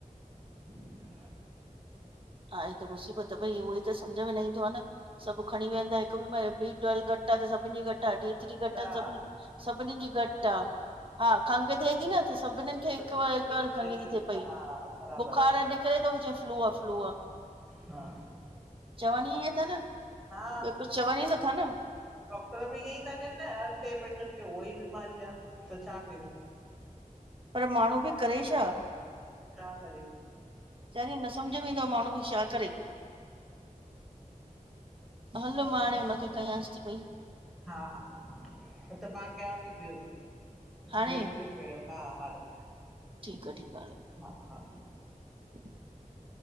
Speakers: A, in the centre; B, on the right (about 40°).
A: <unintelligible>
B: <inaudible> हा त मुसीबत भई उहो ई त सम्झ में न ईंदो आहे न सभु खणी वेहंदा हिकु बि <unintelligible> ट्वेल घट आहे त सभिनी जी घट आहे डी थ्री घट
A: हा
B: आहे त सभ सभिनी जी घट आहे। हा खंघि थिए थी न त सभिननिनि खे
A: त
B: हिक
A: सभिनि
B: ब हिक
A: खे
B: बार खंघि थी थिए पई
A: हा बराबरि
B: बुख़ार
A: आहे
B: निकिरे थो फ्लू आ फ्लू आ
A: हा
B: चवनि ईय था न ॿियो
A: हा
B: कुछ चवनि ई नथा न
A: डॉक्टर बि इयही ता चैंन <unintelligible> उहो ई बीमारी आहे त छा कयूं
B: पर माण्हू बि करे छा
A: छा करे
B: चरी न समझ में ईंदो आहे माण्हू बी छा करे। हल मां हाड़े हुन खे कयास ती पयी
A: हा हा त मां कयांव थी ॿियो
B: हाणे
A: वट कयो पहिरियों हा हाणे
B: ठीकु आ ठीकु आ हलो।
A: हा हा
B: <inaudible>